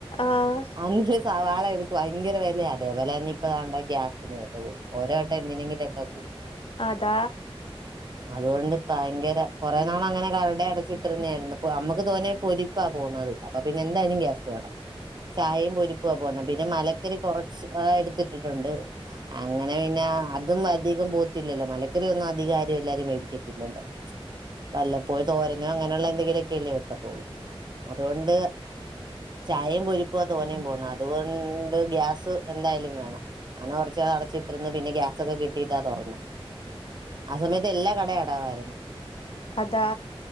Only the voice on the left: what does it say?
ആഹ്
അതാ
അതാ